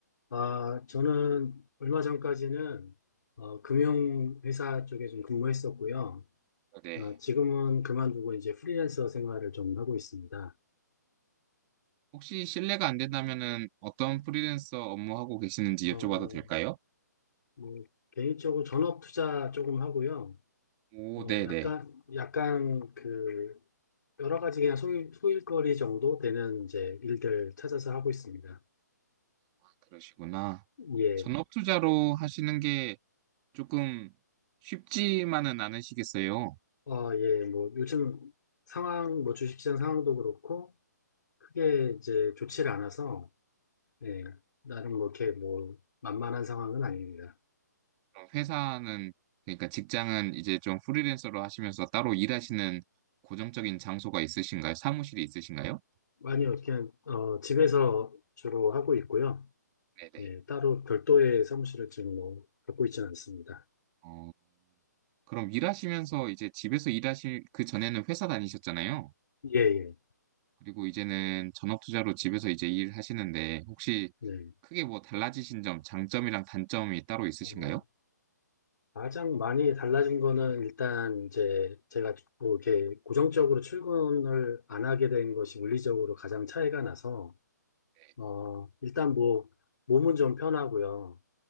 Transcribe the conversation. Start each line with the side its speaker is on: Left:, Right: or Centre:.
Left: 아, 저는 얼마 전까지는 어, 금융회사 쪽에 좀 근무했었고요.
Right: 네.
Left: 아, 지금은 그만두고 이제 프리랜서 생활을 좀 하고 있습니다.
Right: 혹시 실례가 안 된다면은 어떤 프리랜서 업무하고 계시는지
Left: 어,
Right: 여쭤봐도 될까요?
Left: 뭐, 개인적으로 전업 투자 조금 하고요.
Right: 오,
Left: 어,
Right: 네네.
Left: 약간, 약간 그, 여러 가지 그냥 소일, 소일거리 정도 되는 이제 일들 찾아서 하고 있습니다.
Right: 아, 그러시구나.
Left: 예.
Right: 전업 투자로 하시는 게 조금 쉽지만은 않으시겠어요?
Left: 어, 예. 뭐, 요즘 상황, 뭐, 주식시장 상황도 그렇고, 크게 이제 좋지를 않아서, 예, 나름 뭐 이렇게 뭐 만만한 상황은 아닙니다.
Right: 그럼 회사는 그러니까 직장은 이제 좀 프리랜서로 하시면서 따로 일하시는 고정적인 장소가 있으신가요? 사무실이 있으신가요?
Left: 아니요, 그냥, 어, 집에서 주로 하고 있고요.
Right: 네네.
Left: 예, 따로 별도의 사무실을 지금 뭐 갖고 있지는 않습니다.
Right: 어, 그럼 일하시면서 이제 집에서 일하실 그 전에는 회사 다니셨잖아요.
Left: 예, 예,
Right: 그리고 이제는 전업 투자로 집에서 이제 일하시는데 혹시
Left: 네.
Right: 크게 뭐 달라지신 점, 장점이랑 단점이 따로 있으신가요?
Left: 어, 가장 많이 달라진 거는 일단 이제 제가 뭐 이렇게 고정적으로 출근을 안 하게 된 것이 물리적으로 가장 차이가 나서,
Right: 네.
Left: 어, 일단 뭐 몸은 좀 편하고요.